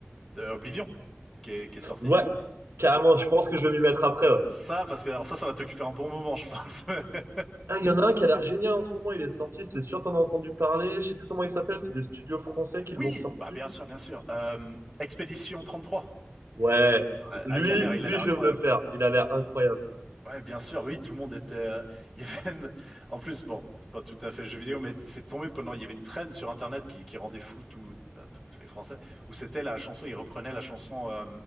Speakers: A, in the centre; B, on the right.
A: de Oblivion qui est, qui est sorti.
B: Ouais. Carrément, je pense que je vais m'y mettre après. ouais.
A: Ça parce que alors ça ça va t'occuper un bon moment je pense. <laughs>
B: Ah, il y en a un qui a l'air génial en ce moment. Il est sorti, c'est sûr, t'en as entendu parler. Je sais plus comment il s'appelle. C'est des studios français qui
A: Oui,
B: l'ont sorti.
A: bah bien sûr, bien sûr. Euh, Expédition 33.
B: Ouais.
A: Ouais,
B: Lui,
A: ah, il a l'air, il
B: lui,
A: a l'air
B: je
A: incroyable.
B: vais me le faire.
A: ouais.
B: Il a l'air incroyable.
A: Ouais, bien sûr, oui, tout le monde était. euh, <laughs> Il y avait même... En plus, bon, c'est pas tout à fait jeu vidéo, mais c'est tombé pendant. Il y avait une traîne sur Internet qui, qui rendait fou tout, bah, tout- tous les Français, où c'était la chanson. Ils reprenaient la chanson euh,